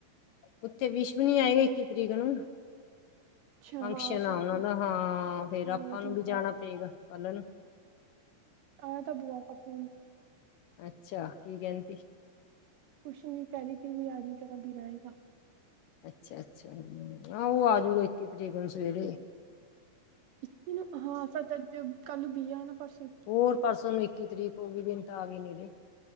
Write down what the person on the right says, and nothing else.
ਅੱਛਾ
ਹਾਂ ਸੱਚ
ਹਾਂ
ਠੀਕ
ਆ
ਆਇਆ ਤਾਂ ਬੁਆ ਕਾ ਫੋਨ
ਕੁਛ ਨੀ, ਕਹਿ ਰਹੀ ਤੀ ਵੀ ਆਜ ਹੀ ਤੇਰਾ ਵੀਰਾਏਗਾ।
ਇਕੀ ਨੂੰ ਹਾਂ, ਸਚ ਅਜ ਕਲ ਬੀਆ ਨਾ ਪਰਸੋ